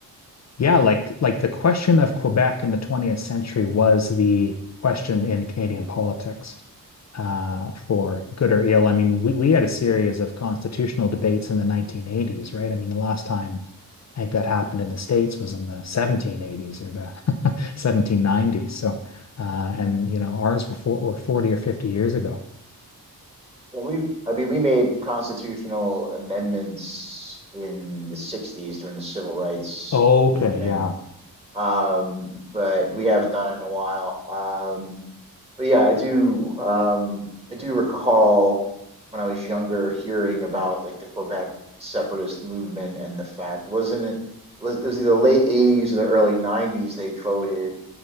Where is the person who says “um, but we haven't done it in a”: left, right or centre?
Right